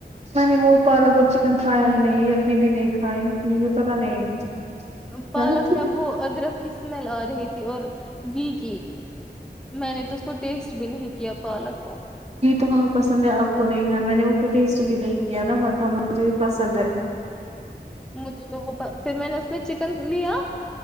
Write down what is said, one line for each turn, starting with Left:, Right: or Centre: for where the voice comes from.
Right: میں نے وہ پالک اور چکن کھایا ہی نہیں یخنی بھی نہیں کھائی مجھے پتا نہیں
Centre: پالک
Right: غلط تھی
Centre: میں وہ ادرک کی اسمیل آ رہی تھی اور گھی کی میں نے تو اس کو ٹیسٹ بھی نہیں کیا پالک کو
Right: گھی تو ہمیں پسند ہے آپ کو نہیں ہے میں نے اس ٹیسٹ بھی نہیں کیا نا بٹ ہم مجھے بھی پسند ہے
Centre: مجھے تو وہ پھر میں نے اس میں چکن لیا